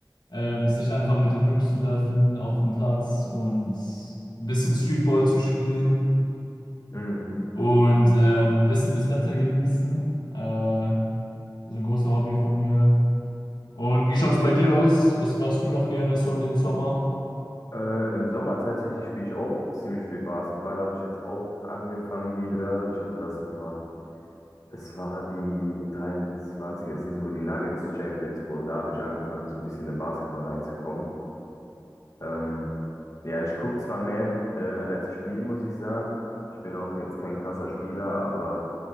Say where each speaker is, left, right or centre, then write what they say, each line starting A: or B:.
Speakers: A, on the left (about 80°); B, on the left (about 50°).
A: ähm, sich einfach mit den Jungs zu treffen auf dem Platz und ein bisschen Streetball zu spielen
B: Hm.
A: und ähm, ein bisschen das Wetter genießen. Äh, das ist ein großer Hobby von mir. Und wie schaut es bei dir aus? Was machst du noch gerne so in den Sommer?
B: Äh, Im Sommer tatsächlich spiele ich auch ziemlich viel Basketball. Habe ich jetzt auch angefangen wieder. Ich hatte das so vor. Es war die 23er-Season, wo die Nuggets Champions wurden. Da habe ich angefangen, so ein bisschen in Basketball reinzukommen. Ähm, ja, ich gucke zwar mehr, äh, als ich spiele, muss ich sagen. Ich bin auch jetzt kein krasser Spieler, aber